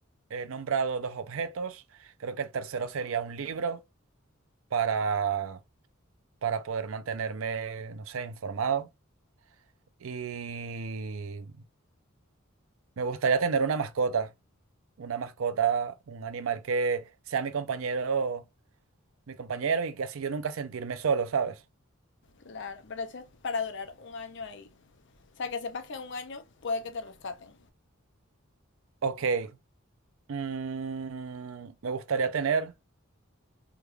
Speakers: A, on the right (about 70°); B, on the left (about 60°).
A: he nombrado dos objetos, creo que el tercero sería un libro para, para poder mantenerme, no sé, informado. Y me gustaría tener una mascota. una mascota, un animal que sea mi compañero, mi compañero y que así yo nunca sentirme solo, ¿sabes?
B: Claro, pero eso es para durar un año ahí. O sea, que sepas que en un año puede que te rescaten.
A: Ok, mm, me gustaría tener